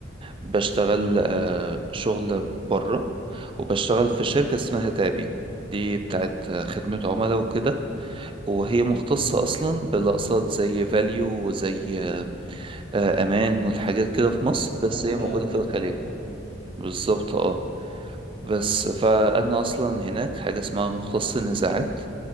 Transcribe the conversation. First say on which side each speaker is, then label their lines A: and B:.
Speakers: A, on the right (about 25°); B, on the left (about 30°).
A: بشتغل آه، شغل بره وبشتغل في شركة اسمها تابي دي بتاعت آه، خدمة عملاء وكده وهي مختصة أصلا بالأقساط زي فاليو وزي آه، آه، أمان والحاجات كده في مصر
B: بسهولة
A: بس هي موجودة
B: وسهولة
A: في الخليج
B: والحاجات دي
A: بالظبط اه بس فأنا أصلا هناك حاجة اسمها مختص النزاعات